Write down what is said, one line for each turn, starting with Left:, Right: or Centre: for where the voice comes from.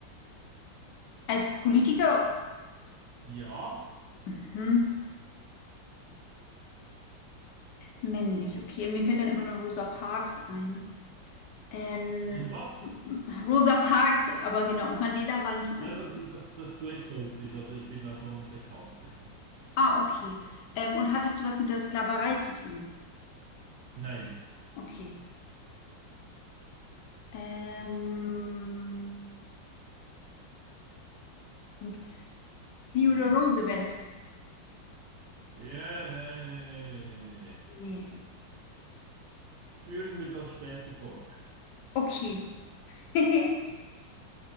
Left: als Politiker.
Right: Ja,
Left: Mhm. Männlich. Okay. Mir fällt dann immer nur Rosa Parks ein. Ähm,
Right: wenn was?
Left: Rosa Parks, aber genau, und Mandela war nicht in
Right: Ja,
Left: Amerika.
Right: das ist das, das ist zu exotisch, also ich bin da schon bekannter. hä?
Left: Ah, okay. Ähm, und hattest du was mit der Sklaverei zu tun?
Right: Nein.
Left: Okay. Ähm, gut. Theodore
Right: Ja.
Left: Roosevelt?
Right: Ja, nee, nee, nee, nee, nee, nee. nee.
Left: Nee.
Right: Führen wir das später fort.
Left: Okay. <laughs>